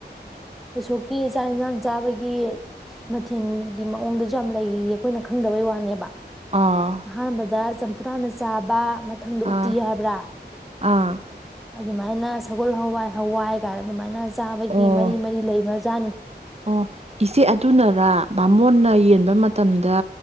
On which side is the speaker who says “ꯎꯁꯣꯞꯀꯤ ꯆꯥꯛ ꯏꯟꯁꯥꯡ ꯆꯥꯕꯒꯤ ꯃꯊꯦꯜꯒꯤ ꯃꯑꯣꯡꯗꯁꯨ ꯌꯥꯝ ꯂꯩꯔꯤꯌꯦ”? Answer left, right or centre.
Centre